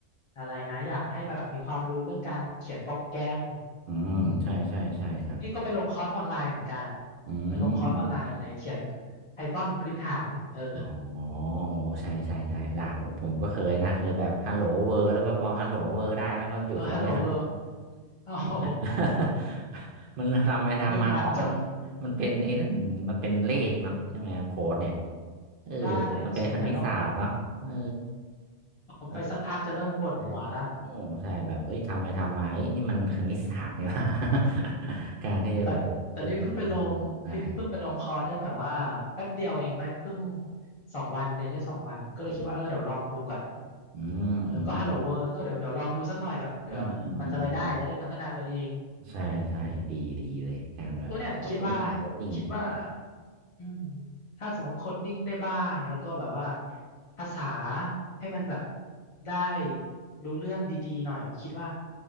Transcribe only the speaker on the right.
อืมใช่ใช่ใช่ครับ
อื
ม
อ๋อโอ้ใช่ใช่ใช่หลากผมผมก็เคยนะเคยแบบฮัลโหลเวอร์แล้วก็พอฮัลโหลเวอร์ได้แล้วก็หยุดแล้วเนี่ย
<laughs> มันทำไปทำมาอ๋อมัน
มันเป็นไอ้นั่นมันเป็นเลขเนาะใช่ไหมครับโค้ดเนี่ยเออมันเป็นคณิตศาสตร์เนาะเออ
เออใช่โอ้ใช่แบบเอ้ยทำไปทำมาเอ้ยนี่มันคณิตศาสตร์นี่หว่า
<laughs> การที่จะแบบเออจะเรียนได้
อืมอืมอืม
อืมอืมอืมอืมใช่ใช่ดีดีเลย
การแบบโคดดิ้งโคดดิ้ง